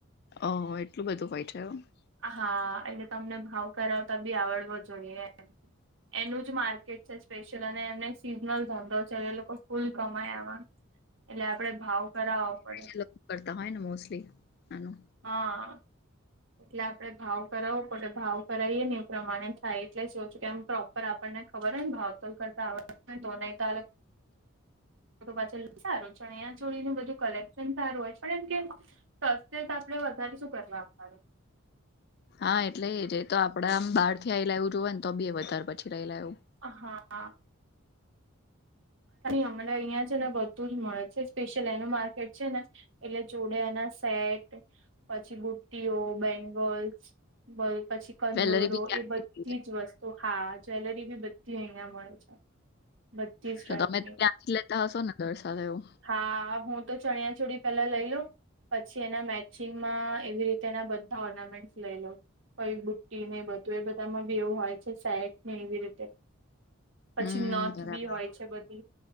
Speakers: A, on the left (about 50°); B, on the right (about 60°).
A: ઓ એટલું બધું હોય થું
B: હા એટલે તમને ભાવ કરાવતા બી આવડવો જોઈએમ એનું જ માર્કેટ છે સ્પેશિયલ અને એમને સિઝનલ ધંધો છે એ લોકો ફૂલ કમાયામાં એટલે આપડે ભાવ કરાવો પડે
A: એ કરતા હોય ને મોસ્ટલી એનું
B: હા એટલે આપડણે ભાવ કરાવો પ ભાવ કરાવીએ ને એ પ્રમાણે થાય એટલે શું કે આમ પ્રોપ પર આપણને ખબર હો ને ભાવતોલ કરતા આવડ તો નહી તો અલ પાછળ સારું ચણિયા ચોળીનુંું બધું કલેક્શન સારું હોય પણ એમ કે તો આપડે વધારે શું કરવા આપવાડ
A: હા એટલે જે તો આપડા આમ બારથી આવી લાવું જોવ ને તો બે વધારે પછી લઈ લ આવું
B: હા અમને અહિયાં છે ને બધું જ મળે છે સ્પેશિ્યયલ એનું માર્કેટ છે ને એટલે જોડેના સેટ પછી બુટ્ટઈઓ બેંગલ્સ. બલ પછી કંદોરો
A: વેલેરી બી ક્યાંથી
B: એ બધી જ વસ્તુ હા જ્વેલરી બી બધી અહિયાં મળે છે. બધી જ ટાઈપની
A: તો તમે ત્યાંથી લેતા હશો ને દરસા એવું
B: હા હું તો ચણિયા ચોડી પેલા લઈ લઉ. પછી એના મેચિંગમાં એવી રીતે એના બધા ઓર્નામેન્ટ લઈ લો. કોઈ બુટ્ટી ને બધું એ બધામાં બી એવું હોય છે સેટ ને એવી રીતે પછી
A: હમ
B: નથ
A: બરાબર
B: બી હોય છે બધી